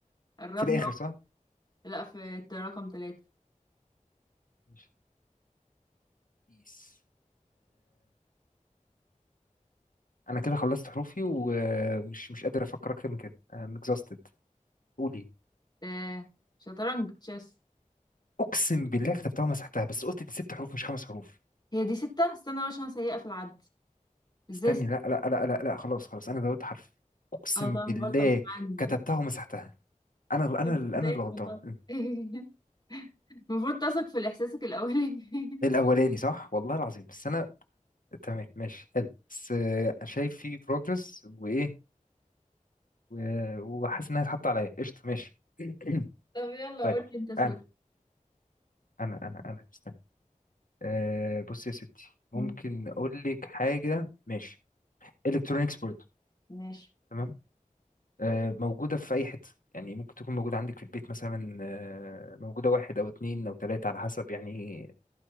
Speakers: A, on the left; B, on the left.
A: قربنا
B: في الاخر صح
A: لا في الت- رقم ثلاثة
B: ماشي. إيس انا كده خلصت حروفي ومش مش قادر افكر اكتر من كده I'm exhausted قولي
A: آه شطرنج تشيس
B: اقسم بالله كتبتها ومسحتها بس قلت دي ست حروف مش خمس حروف
A: هي دي ستة استنى بقى عشان سيئة في العد ازاي
B: استني
A: ستة؟
B: لا لا لا لا لا خلاص خلاص انا زودت حرف اقسم
A: اه طب
B: بالله
A: غلطة مش عندي
B: كتبتها ومسحتها انا
A: <laughs>
B: انا
A: مش
B: انا
A: مصدقك
B: اللي غلطان
A: والله
B: م.
A: <laughs> المفروض تثق في احساسك الاولي <laughs>
B: الاولاني صح والله العظيم بس انا تمام ماشي حلو بس آه، شايف في بروجرس وايه و- وحاسس انها اتحط عليا قشطه ماشي <clears throat>
A: طب يلا
B: طيب
A: قول لي انت سؤال
B: انا انا انا انا استني آه بص يا ستي ممكن
A: مم.
B: اقول لك حاجه ماشي الكترونيكس برضه
A: ماشي
B: تمام آه موجوده في اي حته يعني ممكن تكون موجوده عندك في البيت مثلا آه موجوده واحد او اتنين او تلاته على حسب يعني